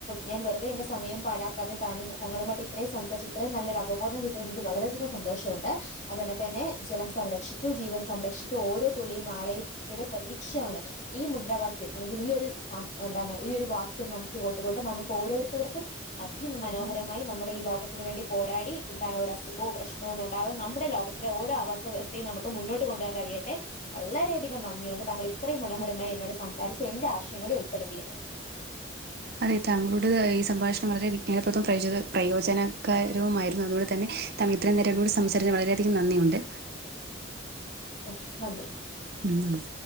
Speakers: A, on the left (about 35°); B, on the right (about 50°).
A: ഞാൻ വെറുതെ എന്റെ സമയം പഴാക്കാതെ താനും തങ്ങളുമായിട്ട് ഇത്രയും സംസാരിച്ച് ഇത്രയും നല്ലൊരവബോധം കി എനിക്ക് വളരെയധികം സന്തോഷമുണ്ട്. അതന്നെക്കെ തന്നെ ജലം സംരക്ഷിക്കൂ. ജീവൻ സംരക്ഷിക്കൂ. ഓരോ തുള്ളിയും നാളെ യുടെ പ്രതീക്ഷയാണ് ഈ മുദ്രാവാക്യം അല്ലെങ്കിൽ ഈ ഒരു സം എന്താണ് ഈ ഒരു വാക്യം നമുക്ക് കേട്ടുകൊണ്ട് നമുക്ക് ഓരോരുത്തർക്കും അതി മനോഹരമായി നമ്മുടെ ഈ ലോകത്തിന് വേണ്ടി പോരാടി എന്താണ് ഒരു അസുഖോ പ്രശ്നോ ഒന്നും ഉണ്ടാകാതെ നമ്മുടെ ലോക ഓരോ ആവാസ വ്യവസ്ഥയും നമുക്ക് മുന്നോട്ട് കൊണ്ടോവാൻ കഴിയട്ടെ. വളരെയധികം നന്ദിയുണ്ട്. താങ്കൾ ഇത്രയും മനോഹരമായി എന്നോട് സംസാരിച്ച് എന്റെ ആശയം കൂടി ഉൾപ്പെടുത്തിയേന്.
B: അതെ, താങ്കളുടെ ഈ സംഭാഷണം വളരെ വിജ്ഞാനപ്രദവും പ്രയോ പ്രയോജനകരവുമായിരുന്നു. അതുകൊണ്ട് തന്നെ താൻ ഇത്രയും നേരം എന്നോട് സംസാരിച്ച് വളരെയധികം നന്ദിയുണ്ട്.
A: ഓ നന്ദി.
B: ഉംനന്ദി